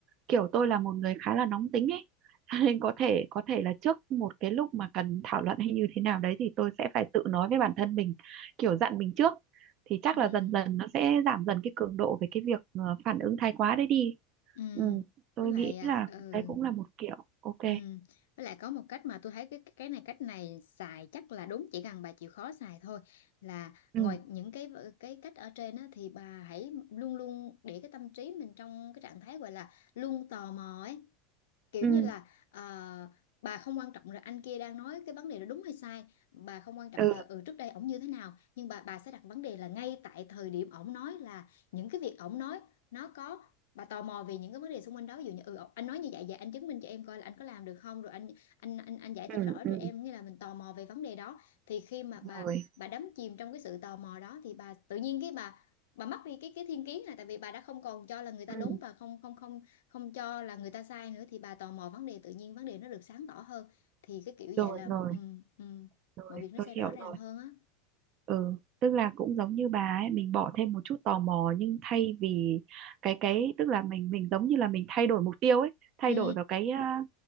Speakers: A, on the right; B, on the left.
A: Kiểu tôi là một người khá là nóng tính ấy. <laughs> Nên có thể có thể là trước một cái lúc mà cần thảo luận hay như thế nào đấy thì tôi sẽ phải tự nói với bản thân mình, kiểu dặn mình trước thì chắc
B: ừ.
A: là dần dần nó sẽ giảm dần cái cường độ về cái việc ờ, phản ứng thái quá đấy đi
B: ừ
A: ừ tôi
B: với lại
A: nghĩ
B: à,
A: là
B: ừ
A: đấy cũng là một kiểu ok
B: ừ với lại có một cách mà tôi thấy cái cái này cách này xài chắc là đúng chỉ cần bà chịu khó xài thôi là
A: ừ
B: ngoài những cái cái cách ở trên á thì bà hãy luôn luôn để cái tâm trí mình trong cái trạng thái gọi là luôn tò mò ấy kiểu
A: ừ
B: như là à, bà không quan trọng là anh kia đang nói cái vấn đề đó đúng hay sai bà không quan trọng
A: ừ
B: là ừ trước đây ổng như thế nào nhưng bà bà sẽ đặt vấn đề là ngay tại thời điểm ổng nói là những cái việc ổng nói nó có bà tò mò về những cái vấn đề xung quanh đó ví dụ như ừ ổng- anh nói như vậy vậy anh chứng minh cho em coi là anh có làm được không rồi anh anh anh anh giải
A: ừ
B: thích rõ
A: ừ
B: cho em nghĩa là mình tò mò về vấn đề đó thì khi mà bà
A: rồi
B: bà đắm chìm trong cái sự tò mò đó thì bà tự nhiên cái bà bà mất đi cái cái thiên kiến là tại vì bà đã không còn cho là người ta
A: ừ
B: đúng và không không không không cho là người ta sai nữa thì bà tò mò vấn đề tự nhiên vấn đề nó được sáng tỏ hơn thì cái kiểu
A: rồi
B: vậy là
A: rồi
B: ừ, ừ,
A: rồi
B: mọi việc nó
A: tôi
B: sẽ rõ
A: hiểu
B: ràng
A: rồi
B: hơn á
A: ừ tức là cũng giống như bà ấy mình bỏ thêm một chút tò mò nhưng thay vì cái cái tức là mình mình giống như là mình thay đổi mục tiêu ấy thay
B: ừ,
A: đổi vào cái à,